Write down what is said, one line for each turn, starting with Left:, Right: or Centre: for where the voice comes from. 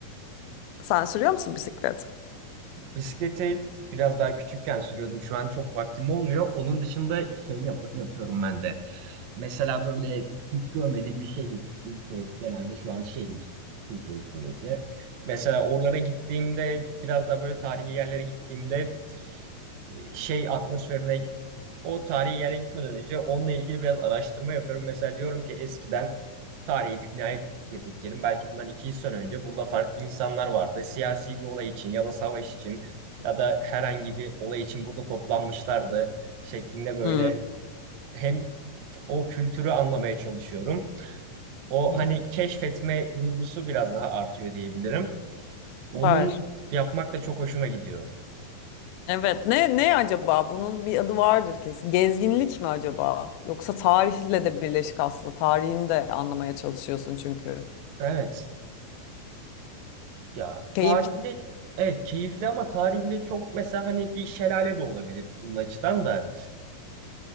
Left: Sen sürüyor musun bisiklet?
Right: Bisikleti biraz daha küçükken sürüyordum. Şu an çok vaktim olmuyor. Onun dışında şey yap yapıyorum ben de. Mesela böyle hiç görmediğim bir şehir, ülke, genelde şu an şehir, Türkiye içindeki. Mesela oralara gittiğimde, biraz daha böyle tarihi yerlere gittiğimde e, şey atmosferine o tarihi yere gitmeden önce onunla ilgili biraz araştırma yapıyorum. Mesela diyorum ki eskiden tarihi bir binaya bir- girdik diyelim. Belki bundan 200 sene önce burada farklı insanlar vardı. Siyasi bir olay için ya da savaş için ya da herhangi bir olay için burada toplanmışlardı şeklinde böyle
Left: Hı.
Right: hem f- o kültürü anlamaya çalışıyorum. O
Left: Hı.
Right: hani keşfetme duygusu biraz daha artıyor diyebilirim. Onun
Left: Var.
Right: yapmak da çok hoşuma gidiyor.
Left: Evet. Ne ne acaba? Bunun bir adı vardır kesin. Gezginlik mi acaba? Yoksa tarihle de birleşik aslında. Tarihini de anlamaya çalışıyorsun çünkü.
Right: Evet. Ya
Left: Keyif.
Right: tarihle evet keyifli ama tarihle çok mesela hani bir şelale de olabilir bunun açıdan da.